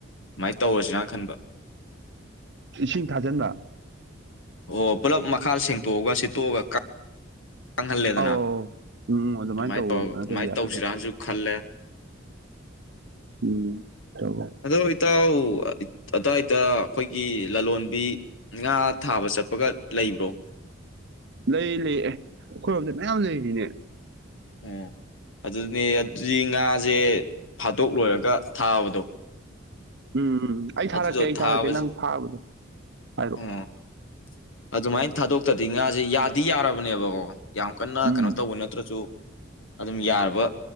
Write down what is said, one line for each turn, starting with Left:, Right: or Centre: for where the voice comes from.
Left: ꯁꯨꯃꯥꯏꯅ ꯇꯧꯔꯁꯤꯅꯅ ꯈꯟꯕ
Right: ꯏꯁꯤꯡ ꯊꯥꯖꯤꯟꯕ
Left: ꯑꯣ ꯄꯨꯜꯂꯞ ꯃꯈꯥ ꯁꯦꯡꯇꯣꯛꯑꯒ ꯁꯤꯠꯇꯣꯛꯑꯒ ꯀꯪꯍꯜꯂꯦꯗꯅ
Right: ꯑꯧ ꯑꯧ ꯑꯧ ꯎꯝ ꯎꯝ
Left: ꯑꯗꯨꯃꯥꯏꯅ
Right: ꯇꯧ
Left: ꯇꯧꯔ ꯑꯗꯨꯃꯥꯏꯅ
Right: ꯅꯠꯇ꯭ꯔꯗꯤ ꯌꯥꯔꯔꯣꯏ
Left: ꯇꯧꯁꯤꯔꯅꯁꯨ ꯈꯜꯂꯦ
Right: ꯎꯝ ꯇꯧꯔꯣ
Left: ꯑꯗꯣ ꯏꯇꯥꯎ ꯑꯗꯨꯋꯥꯏꯗ ꯑꯩꯈꯣꯏꯒꯤ ꯂꯂꯣꯟꯕꯤ ꯉꯥ ꯊꯥꯕ ꯆꯠꯄꯒ ꯂꯩꯕ꯭ꯔꯣ <inaudible>
Right: ꯂꯩ ꯂꯩ ꯑꯦ ꯑꯩꯈꯣꯏꯔꯣꯝꯁꯦ ꯃꯌꯥꯝ ꯂꯩꯔꯤꯅꯦ
Left: ꯑꯣ ꯑꯗꯨꯅꯦ ꯑꯗꯨꯗꯤ ꯉꯥꯁꯦ ꯐꯥꯗꯣꯛꯂꯣꯏꯔꯒ ꯊꯥꯕꯗꯣ
Right: ꯎꯝ ꯎꯝ ꯑꯩ ꯊꯥꯔꯛꯀꯦ
Left: ꯑꯗꯨꯗꯣ
Right: ꯑꯩ
Left: ꯊꯥꯕꯁꯦ
Right: ꯊꯥꯔꯛꯀꯦ ꯅꯪ ꯊꯥꯕꯗꯣ ꯍꯥꯏꯔꯛꯑꯣ
Left: ꯑꯣ ꯑꯗꯨꯃꯥꯏꯅ ꯊꯥꯗꯣꯛꯇꯗꯤ ꯉꯥꯁꯦ ꯌꯥꯗꯤ ꯌꯥꯔꯕꯅꯦꯕꯀꯣ ꯌꯥꯝ ꯀꯟꯅ
Right: ꯎꯝ
Left: ꯀꯩꯅꯣ ꯇꯧꯕ ꯅꯠꯇ꯭ꯔꯁꯨ ꯑꯗꯨꯝ ꯌꯥꯔꯕ